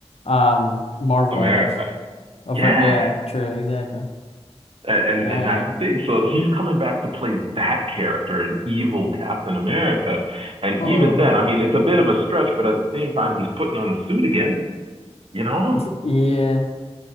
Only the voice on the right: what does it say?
America.
Yeah.
And, and
and that's the thing. So he's coming back to play that character, an evil Captain America. And
even then, I mean, it's a bit of a stretch, but at the same time, he's putting on the suit again, you know?